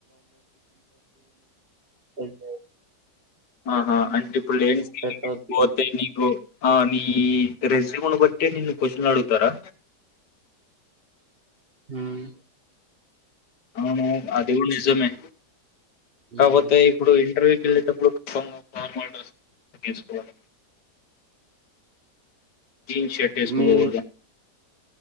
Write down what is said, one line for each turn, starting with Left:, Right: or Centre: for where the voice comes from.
Right: <unintelligible>
Left: ఆహా అంటే ఇప్పుడు లేని స్కిల్
Right: పెట్టవద్దు
Left: ఏం పోతే నీకు ఆ మీ రెజ్యూమ్ను బట్టి నిన్ను క్వశ్చన్ అడుగుతారా
Right: మ్మ్
Left: అవును అది కూడా నిజమ్ జమే కాకపోతే
Right: ఉమ్,
Left: ఇప్పుడు ఇంటర్వ్యూ వెళ్ళేటప్పుడు కచ్చితంగా ఫార్మల్ డ్రస్ తీసుకోవాల జీన్స్ షర్ట్ ఏసుకొని
Right: మీ
Left: పోకూడద